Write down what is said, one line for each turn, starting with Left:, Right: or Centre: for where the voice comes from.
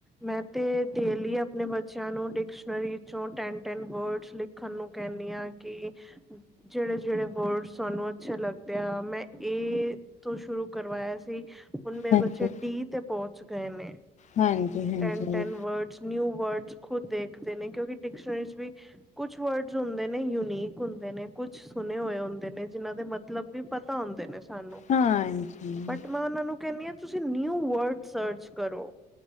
Centre: ਮੈਂ ਤੇ ਡੇਲੀ ਆਪਣੇ ਬੱਚਿਆਂ ਨੂੰ ਡਿਕਸ਼ਨਰੀ 'ਚੋਂ ਟੈਨ, ਟੈਨ ਵਰਡਸ ਲਿਖ ਖਣ ਨੂੰ ਕਹਿੰਨੀ ਆਂ ਕੀ ਜਿਹੜੇ ਜਿਹੜੇ ਵਰਡ ਸਾਨੂੰ ਅੱਛੇ ਲੱਗਦੇ ਆ ਮੈਂ ਇਹ ਤੋਂ ਸ਼ੁਰੂ ਕਰਵਾਇਆ ਸੀ ਹੁਣ ਮੇਰੇ
Left: ਹਾਂਜੀ।
Centre: ਬੱਚੇ ਡੀ ਤੇ ਪਹੁੰਚ ਗਏ ਨੇ
Left: ਹਾਂਜੀ ਹਾਂਜੀ
Centre: ਟੈਨ ਟੈਨ ਵਰਡਸ ਨਿਊ ਵਰਡਸ ਖੁਦ ਦੇਖਦੇ ਨੇ ਕਿਉਂਕਿ ਡਿਕਸ਼ਨਰੀਜ਼ ਵੀ ਕੁਛ ਵਰਡਸ ਹੁੰਦੇ ਨੇ ਯੂਨੀਕ ਹੁੰਦੇ ਨੇ ਕੁਛ ਸੁਣੇ ਹੋਏ ਹੁੰਦੇ ਨੇ ਜਿਨਾਂ ਦੇ ਮਤਲਬ ਵੀ ਪਤਾ ਹੁੰਦੇ ਨੇ ਸਾਨੂੰ
Left: ਹਾਂਜੀ
Centre: ਬਟ ਮੈਂ ਉਹਨਾਂ ਨੂੰ ਕਹਿੰਨੀ ਆ ਤੁਸੀਂ ਨਿਊ ਵਰਡ ਸਰਚ ਕਰੋ